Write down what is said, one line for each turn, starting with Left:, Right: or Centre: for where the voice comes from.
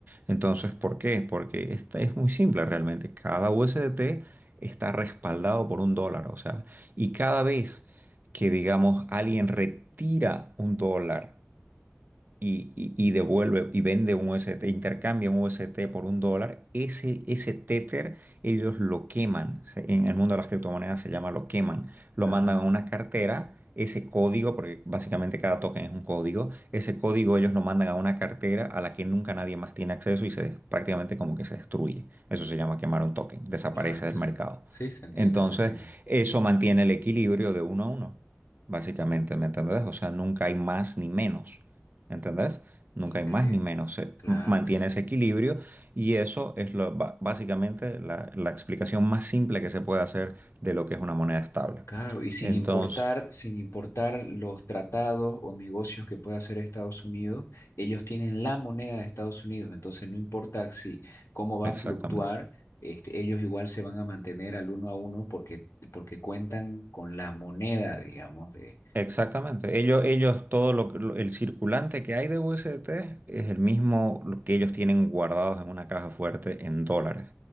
Right: Entonces, ¿por qué? Porque esta es muy simple realmente, cada USDT está respaldado por un dólar, o sea, y cada vez que, digamos, alguien retira un dólar, y, y- y devuelve y vende un UST, intercambia un UST por un dólar, ese, ese Tether ellos lo queman. Se- En el mundo de las criptomonedas se llama lo queman. Lo
Left: Ah,
Right: mandan a una cartera, ese código, porque básicamente cada token es un código, ese código ellos lo mandan a una cartera a la que nunca nadie más tiene acceso y se prácticamente como que se destruye. Eso se llama quemar un token, desaparece
Left: claro,
Right: del
Left: sí.
Right: mercado.
Left: Sí, se entiende,
Right: Entonces,
Left: se entiende.
Right: eso mantiene el equilibrio de uno a uno, básicamente, ¿me entendés? O sea, nunca hay más ni menos. ¿Entendés? Nunca
Left: Increíble.
Right: hay más ni menos. Se
Left: Claro
Right: mantiene
Left: que sí.
Right: ese equilibrio y eso es lo, ba- básicamente la, la explicación más simple que se puede hacer de lo que es una moneda estable.
Left: Claro, y sin
Right: Entonces,
Left: importar, sin importar los tratados o negocios que pueda hacer Estados Unidos, ellos tienen la moneda de Estados Unidos, entonces no importa si cómo va a
Right: exactamente.
Left: fluctuar, este, ellos igual se van a mantener al uno a uno porque, porque cuentan con la moneda, digamos, de...
Right: Exactamente. Ellos, ellos, todo lo, lo- el circulante que hay de USDT es el mismo lo que ellos tienen guardados en una caja fuerte en dólares.